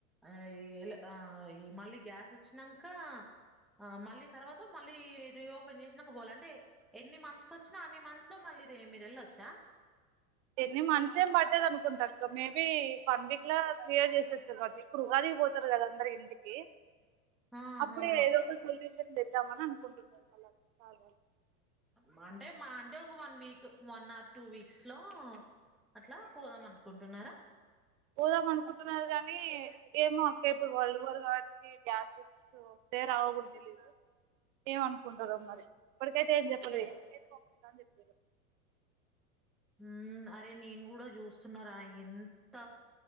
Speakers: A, in the centre; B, on the right.
A: ఆ ఇ యల్ ఆ ఈ మళ్ళీ గ్యాస్ వచ్చినాంక, ఆ మళ్ళీ తర్వాత మళ్ళీ రీఓపెన్ చేసినాంక పోవాల అంటే ఎన్ని మంత్స్ కొచ్చినా అన్ని మంత్స్ లో మళ్ళీ రి మీరు వెళ్ళొచ్చా.
B: ఎన్ని మంత్స్ యేం బట్టదు అనుకుంటా అక్క మేబీ వన్ వీక్ లో క్లియర్ చేసేస్తారు, గావట్టి ఇప్పుడు ఉగాదికి వోతారు గదా అందరు ఇంటికి.
A: ఆహా
B: అప్పుడే ఏదో ఒక సొల్యూషన్ చేద్దామని అను కుంటున్నారు మళ్ళ సార్ వాళ్ళు
A: మాంటే మహ అంటే ఒక వన్ వీక్ మొన్న టూ వీక్స్ లో అట్లా పోదాం అనుకుంటున్నారా,
B: పోదాం అనుకుంటున్నారు గానీ ఏమో అక్క ఇప్పుడు వల్డ్ వోర్ కావటికి గ్యాసెస్ వస్తే రావుకూడ తెలీయదు ఏమనుకుంటారో మరి, ఇప్పటికైతే ఏం చెప్పలే
A: ఏ
B: ఇంటికైతే వంపి స్తాన్ జెప్పిర్రు
A: మ్మ్ అరే నేను కూడా చూస్తున్నారా యేంత